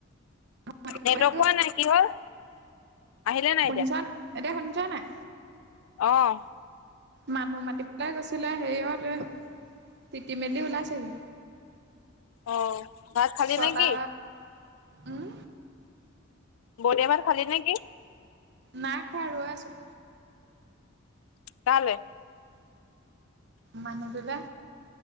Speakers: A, on the right (about 55°); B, on the left (about 75°).
A: মাতিবলৈ
B: নেটৱৰ্ক পোৱা নাই কি হল? আহিলে
A: শুনিছা
B: এতিয়া?
A: নাই এতিয়া শুনিছনে নাই।
B: অ'।
A: মানুহ মাতি পেলাই গৈছিলে হেৰিয়তে তিটি মেলি ওলাইছে হি।
B: অ', ভাত খালি
A: ছটা
B: নে কি?
A: উম
B: ব <unintelligible> ন এবাৰ খালি নেকি
A: নাই খোৱা ৰৈ আছোঁ।
B: কালে?
A: মানুহতোলে।